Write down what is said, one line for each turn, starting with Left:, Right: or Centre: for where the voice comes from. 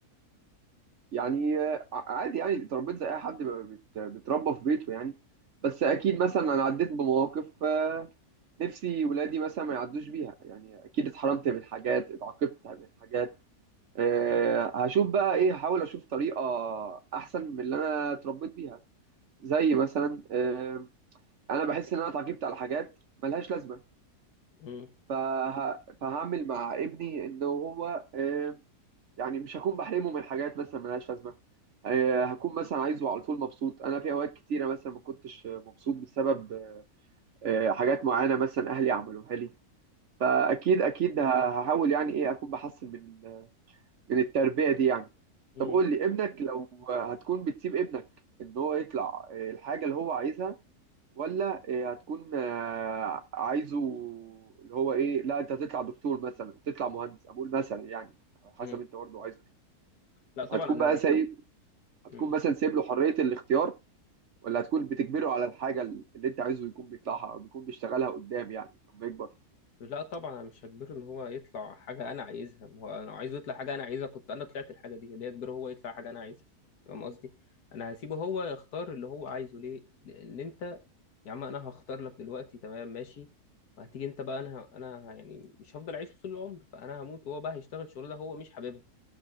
Right: يعني آه، عادي يعني اتربيت زي اي حد بت- بيتربى في بيته يعني بس اكيد مثلا انا عديت بمواقف آه، نفسي ولادي مثلا ما يعدوش بيها يعني اكيد اتحرمت من حاجات اتعاقبت من حاجات آه، هشوف بقى ايه هحاول اشوف طريقه احسن من اللي انا اتربيت بيها زي مثلا آه، انا بحس ان انا اتعاقبت على حاجات ملهاش لازمه
Left: مم.
Right: فه... فهعمل مع ابني ان هو آه، يعني مش هكون بحرمه من حاجات مثلا ملهاش لازمه آه، هكون مثلا عايزه على طول مبسوط انا في اوقات كتيره مثلا ما كنتش مبسوط بسبب آه، حاجات معينه مثلا اهلي عملوها لي فاكيد اكيد هحاول يعني ايه اكون بحسن من من التربية دي يعني
Left: مم.
Right: طب قول لي ابنك لو هتكون بتسيب ابنك ان هو يطلع آه، الحاجة اللي هو عايزها ولا آه، هتكون آه، عايزه اللي هو ايه لا انت هتطلع دكتور مثلا هتطلع مهندس اقول مثلا يعني على حسب
Left: مم.
Right: انت برضه عايزه
Left: لا طبعا
Right: هتكون
Left: انا
Right: بقى سايب هتكون
Left: مم.
Right: مثلا سايب له حرية الاختيار ولا هتكون بتجبره على الحاجة اللي انت عايزه يكون بيطلعها او بيكون بيشتغلها قدام يعني لما يكبر
Left: لا طبعا انا مش هجبره ان هو يطلع حاجة انا عايزها ما هو انا لو عايزه يطلع حاجة انا عايزها كنت انا طلعت الحاجة دي ليه اجبره هو يطلع حاجة انا عايزها أنت فاهم قصدي انا هسيبه هو يختار اللي هو عايزه ليه لان انت يا عم انا هختار لك دلوقتي تمام ماشي وهتيجي انت بقى انا انا يعني مش هفضل اعيش طول العمر فانا هموت وهو بقى هيشتغل شغلانه هو مش حاببها